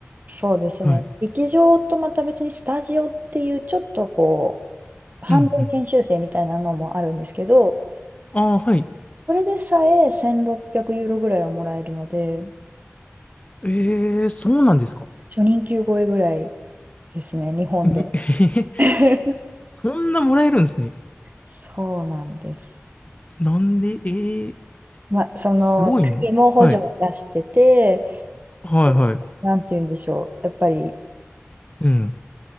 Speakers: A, on the right (about 40°); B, on the left (about 30°).
A: そうですね、
B: はい。
A: 劇場とまた別にスタジオっていう、ちょっとこう、半分研修生みたいなのもあるんですけど、
B: うん、うん。ああ、はい。
A: それでさえ1600ユーロぐらいはもらえるので、
B: ええ、そうなんですか。
A: 初任給超えぐらいですね、日本で。
B: うんえへへ
A: <laughs>
B: そんなもらえるんですね。
A: そうなんです。
B: なんで、ええ、
A: ま、その国も補助を出してて、
B: すごいな。はい。はい、
A: こうなんて言うんでしょう、
B: はい。
A: やっぱり
B: うん。